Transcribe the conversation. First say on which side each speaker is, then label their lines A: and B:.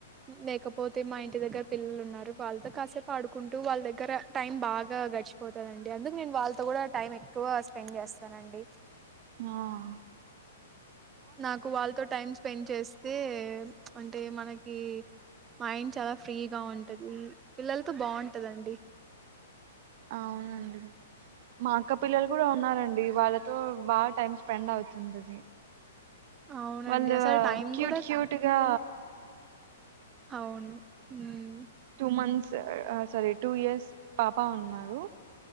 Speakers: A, on the right; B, on the right.
A: లేకపోతే మా ఇంటి దగ్గర పిల్లలు ఉన్నారు వాళ్ళతో కాసేపు ఆడుకుంటూ వాళ్ళ దగ్గర టైం బాగా గడిచిపోతుందిండి అందుకు నేను వాళ్ళతో కూడా టైం ఎక్కువ స్పెండ్ చేస్తానండి
B: ఆం
A: నాకు వాళ్ళతో టైమ్ స్పెండ్ చేస్త అయితే అంటే మనకి మైండ్ చాలా ఫ్రీగా ఉంటుది పిల్లలతో బాగుంటందండి
B: అవునండి మా అక్క పిల్లలు కూడా ఉన్నారంండి వాళ్ళతో బాగా టైమ్ ఫ్రెండ్ అవుతుంటది
A: అవునండి
B: వాళ్ళ
A: అసలు టైం
B: క్యూట్
A: కూడా
B: క్యూట్గా
A: అవును ఉం
B: two months sorry two years పాప ఉన్నారు